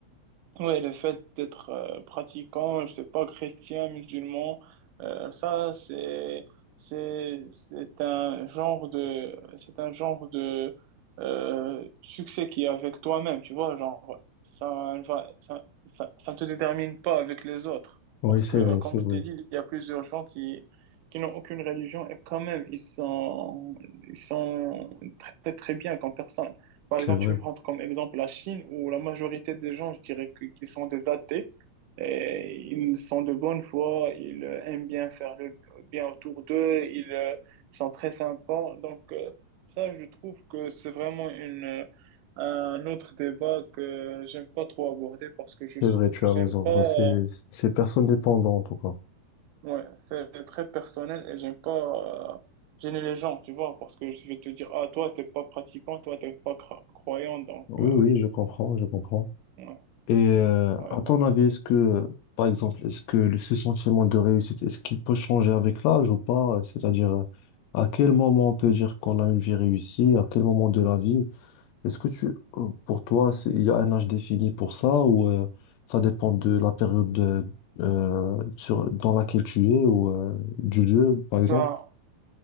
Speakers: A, on the right; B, on the left.
A: Ouais, le fait d'être euh, pratiquant, je sais pas, chrétien, musulman, euh, ça c'est c'est c'est un genre de c'est un genre de euh, succès qui est avec toi-même, tu vois, genre ça va ça, ça ça ne te détermine pas avec les autres
B: Oui,
A: parce
B: c'est
A: que
B: vrai,
A: comme
B: c'est
A: je
B: vrai,
A: t'ai dit, il y a plusieurs gens qui qui n'ont aucune religion et quand même ils sont ils sont très très bien comme personne par
B: c'est
A: exemple,
B: vrai,
A: tu peux prendre comme exemple la Chine, où la majorité des gens, je dirais que- qu'ils sont des athées, et ils sont de bonne foi, ils euh, aiment bien faire le bien autour d'eux, ils euh, sont très sympas. Donc, euh, ça, je trouve que c'est vraiment une, euh, un autre débat que j'aime pas trop aborder parce que je
B: c'est vrai, tu as
A: j'aime
B: raison.
A: pas,
B: Bah,
A: euh,
B: c'est c'est personne dépendant en tout cas.
A: ouais, c'est très personnel et j'aime pas euh, gêner les gens, tu vois, parce que je vais te dire, ah, toi, t'es pas pratiquant, toi, t'es pas cra- croyant, donc,
B: Oui,
A: euh,
B: oui, je comprends, je comprends.
A: ouais,
B: Et euh,
A: ouais,
B: à
A: donc.
B: ton avis, est-ce que, par exemple, est-ce que le- ce sentiment de réussite, est-ce qu'il peut changer avec l'âge ou pas? C'est-à-dire, euh, à quel moment on peut dire qu'on a une vie réussie, à quel moment de la vie? Est-ce que tu, euh, pour toi, c'est- il y a un âge défini pour ça ou euh, ça dépend de la période euh, euh, sur, dans laquelle tu es ou euh, du lieu, par
A: Ben,
B: exemple?